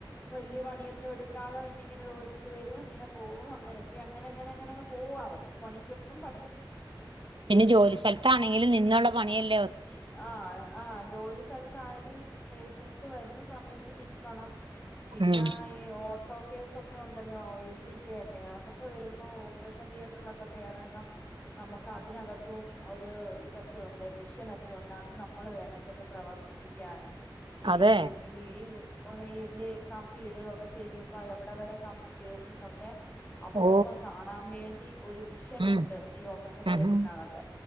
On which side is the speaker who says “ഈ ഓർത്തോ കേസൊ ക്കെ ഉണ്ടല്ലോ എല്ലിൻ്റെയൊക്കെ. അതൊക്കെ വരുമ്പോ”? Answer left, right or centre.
Left